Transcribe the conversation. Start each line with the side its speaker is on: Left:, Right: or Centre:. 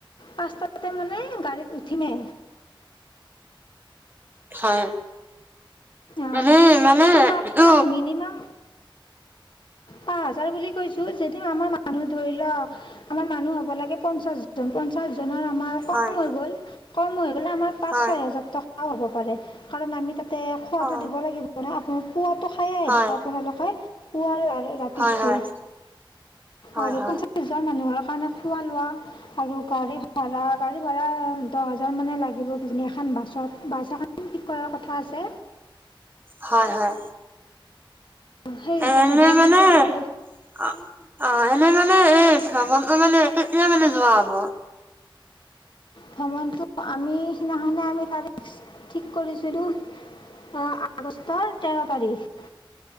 Left: পাঁচটাতে মানে গাড়ীত উঠিমে!
Right: হয়!
Left: অঁ,
Right: এনেই মানে
Left: কিন্তু মই আপোনাক
Right: এইটো
Left: মিনিমাম। পাঁচ হাজাৰ বুলি কৈছোঁ যদিও আমাৰ মানুহ ধৰি ল আমাৰ মানুহ হ'ব লাগে পঞ্চাশ। পঞ্চাশজনৰ আমাৰ কম
Right: হয়
Left: হৈ গ'ল কম হৈ গ'লে আমাৰ পাঁচ
Right: হয়
Left: ছয় হাজাৰ টকা। ও, হ'ব পাৰে, কাৰণ আমি তাতে খোৱাটো
Right: অ
Left: দিব লাগিব ন আপোনাৰ খোৱা। টো, খাইয়ে আহিব
Right: হয়
Left: আপোনালোকে পুৱা ৰাতিতটো
Right: হয় হয় হয়
Left: আৰু
Right: হয়
Left: পঞ্চা। নিজৰ মানুহৰ কাৰণে খোৱা লোৱা। আৰু গাড়ী ভাড়া, গাড়ী ভাড়া দহ হাজাৰ মানে লাগিব কিজানি এখান বাছত বাছ এখন। ঠিক কৰাৰ কথা আছে!
Right: হয়, হয়!
Left: সেই হিচাপতহে
Right: এনে
Left: আমি
Right: মানে
Left: পইচাটো
Right: অ', অ' এনেই মানে এই চাবলৈ মানে কেতিয়া মানে যোৱা হব?
Left: ভ্ৰমণটো আমি সিদিনাখনে আমি তাৰিখ ঠিক কৰিছিলোঁ! অঁ, আগষ্টৰ তেৰ তাৰিখ!